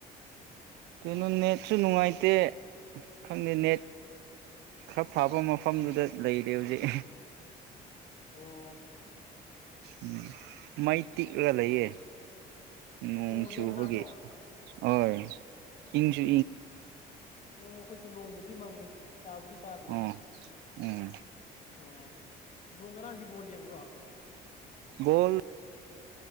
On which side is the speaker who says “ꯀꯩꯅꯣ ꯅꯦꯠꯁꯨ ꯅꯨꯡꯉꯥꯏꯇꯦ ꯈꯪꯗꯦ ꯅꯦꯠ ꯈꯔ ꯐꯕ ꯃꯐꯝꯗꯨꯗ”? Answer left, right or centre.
Right